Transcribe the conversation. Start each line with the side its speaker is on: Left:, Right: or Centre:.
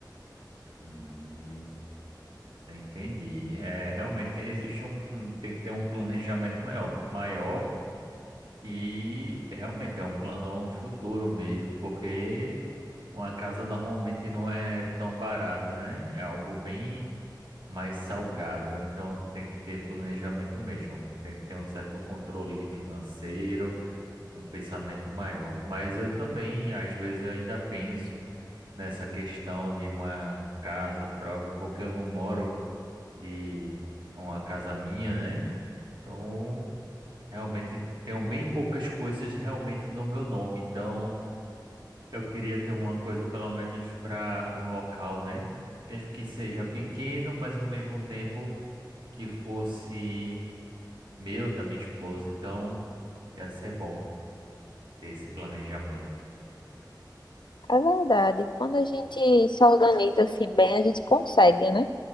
Right: Hum. Você entendi. É, realmente existe um, um- tem que ter um planejamento maior, maior e realmente é um plano futuro mesmo, porque uma casa normalmente não é tão barata, né? É algo bem mais salgado, então tem que ter planejamento mesmo. Tem que ter um certo controle financeiro, um pensamento maior. Mas eu também, às vezes, eu ainda penso nessa questão de uma casa própria, porque eu não moro de uma casa minha, né? Então, realmente tenho bem poucas coisas realmente no meu nome. Então, <laughs> eu queria ter uma coisa pelo menos para um local, né? Mesmo que seja pequeno, mas ao mesmo tempo que fosse meu, da minha esposa. Então, ia ser bom ter esse planejamento.
Left: É verdade. Quando a gente se organiza assim bem, a gente consegue, né?